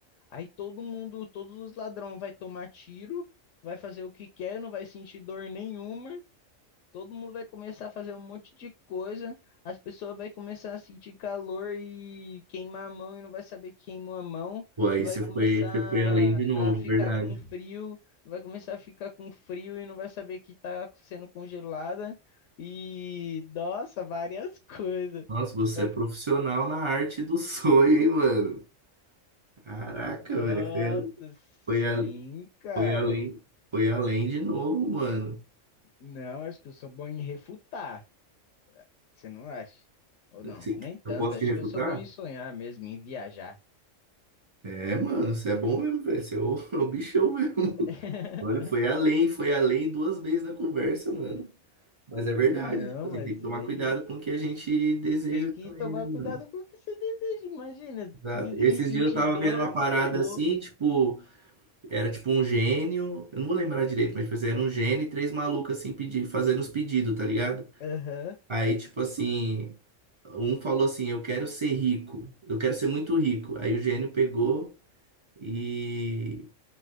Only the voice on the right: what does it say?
Pô, aí
você
foi, você foi além de novo,
verdade.
Nossa, você
é profissional na arte do sonho, hein, mano? Caraca,
velho. Você é, Foi,
a-
foi além, foi além de novo, mano.
Se-
Eu posso
te refutar?
É, mano, você é bom mesmo, velho. Você é o, <laughs> é o bichão mesmo.
Olha, foi além, foi além duas vezes na conversa, mano. Mas é verdade.
Tipo assim,
tem que tomar
cuidado
com o que a gente deseja
também,
né, mano?
Exato.
Esses
dias eu tava
vendo uma parada
assim, tipo, era tipo um gênio. Eu não vou lembrar direito, mas tipo, assim, era um gênio e três malucos assim pedindo, fazendo os pedidos, tá ligado?
Aí, tipo assim, um falou assim, eu quero ser rico, eu quero ser muito rico. Aí o gênio pegou. E